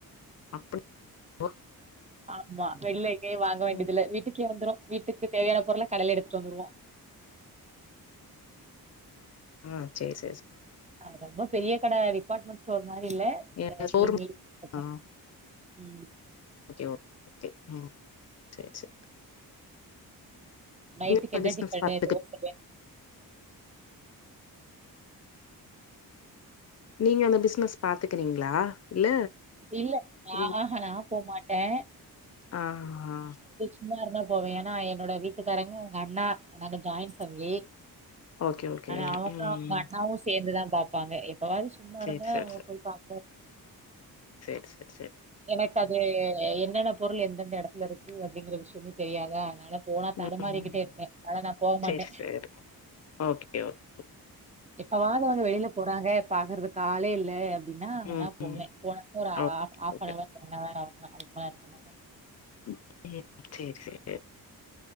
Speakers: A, on the left; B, on the right.
A: அப்படி ஓ
B: ஆமா வெளில எங்கயு வாங்க வேண்டியதுல
A: ம்
B: வீட்டுக் வந்துரு வீட்டுக்கு தேவையான பொருள கடைல எடுத்துட்டு வந்துருவோ
A: ஆ செரி செரி
B: அது ரொம்ப பெரிய கட டிபார்ட்மெண்ட் ஸ்டோர் அது மாதிர இல்
A: ஏ
B: கொஞ்ச
A: ஷோரூம்
B: மீடி
A: ஆ
B: <inaudible> உம்
A: ஓகே ஓ ஓகே ம் சரி சரி
B: நைட்டுக்கு
A: அந்த
B: என்ன
A: பிசினஸ்
B: டிபண்னு
A: பாத்துக்கு
B: தோசயா
A: நீங்க அந்த பிசினஸ் பாத்துக்கிறீங்களா இல்ல
B: இல்ல ஆ
A: ம்
B: ஆ னா போமாட்டே ட
A: ஆ ஆ
B: சும்மா இருத்தா போவே ஏன்னா என்னோட வீட்டுக்காரங்க எங்க அண்ணா நாங்க ஜாயின் பேமிலி
A: ஓகே ஓகே
B: ஆனா அவங்க
A: ம்
B: அவங்க அண்ணாவு சேர்ந்துதா பாப்பாங்க எப் பவாது சும்மா
A: சேரி
B: இருந்தா
A: சேரி
B: போய் பாப்போ
A: ச
B: எனக்கு அது அ என்னென்ன பொருள் எந்தெந்த எடத்துல இருக்கு அப்டிங்கிற விஷயமே தெரியாதா அதனால போனா தடுமாறிக்கிட்டே
A: ம்
B: இருப்பே அதா நா போ மாட்ட
A: சேரி சேரி ஓகே ஓகே
B: எப்பவாது அவங்க வெளில போறாங்க பாக்கறதுக்காலே இல்ல அப்டின்னா வேணா
A: ம்
B: போவே
A: ம்
B: போனா ஒரு ஆ
A: ஓகே
B: ஆ
A: ஓகே
B: ஒன் அவர் அவ்ள தா அதுக்கு மேல இருக்க மாட்ட
A: ம் ம் செர செரி